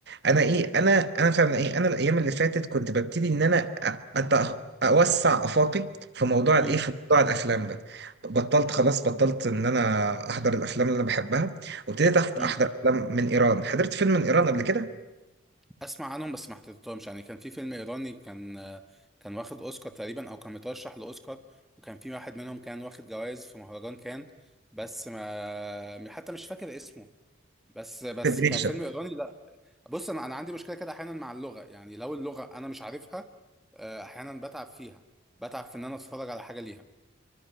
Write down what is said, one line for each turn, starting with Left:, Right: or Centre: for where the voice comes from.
Right: انا ايه انا انا فعلا ايه انا الايام اللي فاتت كنت ببتدي ان انا أ- أت- اوسع افاقي في موضوع الايه
Centre: امم
Right: في موضوع الافلام ده بطلت خلاص بطلت ان انا احضر الافلام اللي انا بحبها وابتديت أحت-
Centre: امم
Right: احضر افلام من ايران حضرت فيلم من ايران قبل كده
Centre: اسمع عنهم بس ما حضرتهمش يعني كان في فيلم ايراني كان كان واخد اوسكار تقريبا او كان مترشح لاوسكار وكان في واحد منهم كان واخد جوائز في مهرجان كان بس ما حتى مش فاكر اسمه بس بس
Right: بريشة
Centre: كان فيلم ايراني بص انا انا عندي مشكله كده احيانا مع اللغه يعني لو اللغه انا مش عارفها آه، احيانا بتعب فيها بتعب في ان انا اتفرج على حاجه ليها